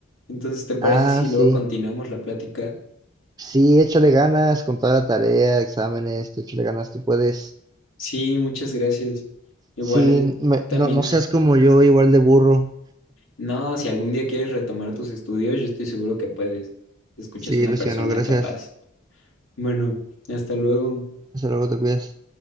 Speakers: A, on the left (about 75°); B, on the right (about 20°).
A: Entonces, ¿te parece
B: Ah,
A: si
B: sí,
A: luego continuamos la plática?
B: sí, échale ganas con toda la tarea, exámenes, tú échale ganas, tú puedes.
A: Sí, muchas gracias. Igual
B: Sí, me-
A: también,
B: no, no seas como yo, igual de burro.
A: no, si algún día quieres retomar tus estudios, yo estoy seguro que puedes. Te escuchas
B: Sí,
A: una
B: Luciano,
A: persona
B: gracias.
A: capaz. Bueno, hasta luego.
B: Hasta luego, te cuidas.